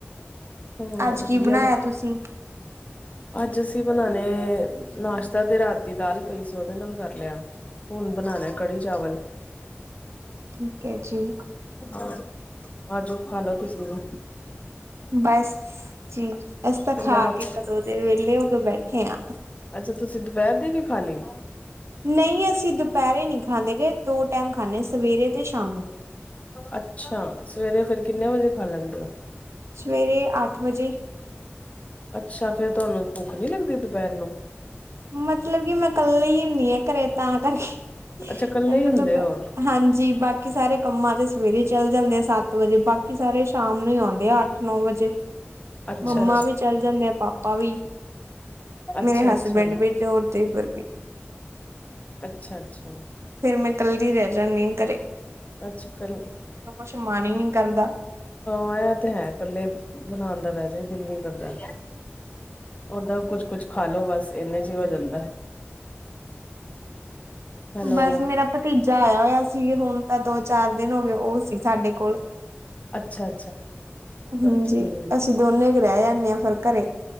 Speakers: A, on the left (about 30°); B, on the right (about 80°).
A: ਹੋਰ
B: ਅੱਜ
A: ਵਧੀਆ
B: ਕੀ ਬਣਾਇਆ ਤੁਸੀਂ
A: ਅੱਜ ਅਸੀਂ ਬਣਾਣੇ ਨਾਸ਼ਤਾ ਤੇ ਰਾਤੀ ਦਾਲ ਪਈ ਸੀ ਉਹਦੇ ਨਾਲ ਕਰ ਲਿਆ ਹੁਣ ਬਣਾ ਨੇ ਕੜੀ ਚਾਵਲ
B: ਠੀਕ ਹੈ ਜੀ
A: ਹਾ ਆ ਜੋੋ ਖਾਲੋ ਤੁਸੀਂ ਵੀ
B: ਬਸ ਜੀ ਅਸੀ ਤਾਂ
A: ਪੰਜਾਬ
B: ਖਾ ਕੇ ਕਦੋਂ ਦੇ ਵਹਲੇ ਹੋ ਕੇ ਬੈਠੇ ਆ
A: ਅੱਛਾ ਤੁਸੀਂ ਦੁਪਹਿਰ ਦੀ ਵੀ ਖਾਲੀ
B: ਨਹੀਂ ਅਸੀਂ ਦੁਪਹਿਰੇ ਨਹੀਂ ਖਾਂਦੇ ਗਏ ਦੋ ਟਾਈਮ ਖਾਂਦੇ ਸਵੇਰੇ ਤੇ ਸ਼ਾਮੀ
A: ਅੱਛਾ ਸਵੇਰੇ ਫਿਰ ਕਿੰਨੇ ਵਜੇ ਖਾ ਲੈਂਦੇ ਹੋ
B: ਸਵੇਰੇ ਅੱਠ ਵਜੇ ਹੀ
A: ਅੱਛਾ ਫਿਰ ਤੁਹਾਨੂੰ ਭੁੱਖ ਨੀ ਲੱਗਦੀ ਦੁਪਹਿਰ ਨੂੰ
B: ਮਤਲਬ ਕਿ ਮੈਂ ਕੱਲੀ ਹੀ ਹੁੰਦੀ ਆ ਘਰੇ ਤਾਂ ਕਰਕੇ <unintelligible>
A: ਅੱਛਾ ਕੱਲੇ ਹੀ ਹੁੰਦੇ ਹੋ
B: ਹਾਂਜੀ ਬਾਕੀ ਬਾਕੀ ਸਾਰੇ ਕੰਮਾਂ ਤੇ ਸਵੇਰੇ ਹੀ ਚੱਲ ਜਾਂਦੇ ਆ ਸੱਤ ਵਜੇ ਬਾਕੀ ਸਾਰੇ ਸ਼ਾਮ ਨੂੰ ਹੀ ਆਉਂਦੇ ਆ ਅੱਠ ਨੌ ਵਜੇ
A: ਅੱਛਾ
B: ਮੰਮਾ ਵੀ ਚਲ ਜਾਂਦੇ ਆ ਪਾਪਾ ਵੀ
A: ਅੱਛਾ
B: ਮੇਰੇ ਹਸਬੈਂਡ
A: ਅੱਛਾ ਅੱਛਾ
B: ਵੀ ਤੇ ਔਰ ਦੇਵਰ ਵੀ
A: ਅੱਛਾ ਅੱਛਾ
B: ਫਿਰ ਮੈਂ ਕੱਲਦੀ ਰਹਿ ਜਾਂਦੀ ਹਾ ਘਰੇ
A: ਅੱਛਾ ਕੱਲ
B: ਕੁਛ ਮਨ ਹੀ ਨੀ ਕਰਦਾ
A: ਆ ਤੇ ਹੈ ਇਕੱਲੇ ਬਣਾਉਣ ਦਾ ਵੈਸੇ ਦਿਲ ਨੀ ਕਰਦਾ ਓਦਾ ਕੁੱਛ ਕੁਛ ਖਾ ਲੋੋ ਬਸ ਇੰਨੇ ਚ ਹੀ ਹੋ ਜਾਂਦਾ ਹੈਲੋ
B: ਬਸ ਮੇਰਾ ਭਤੀਜਾ ਆਇਆ ਹੋਇਆ ਸੀ ਹੁਣ ਤਾਂ ਦੋ ਚਾਰ ਦਿਨ ਹੋ ਗਏ ਉਹ ਸੀ ਸਾਡੇ ਕੋਲ
A: ਅੱਛਾ ਅੱਛਾ
B: ਹਾਂਜੀ
A: ਠੀਕ
B: ਅਸੀਂ ਦੋਨੇ ਹੀ ਰਹਿ ਜਾਂਦੇ ਹਾ ਘਰੇ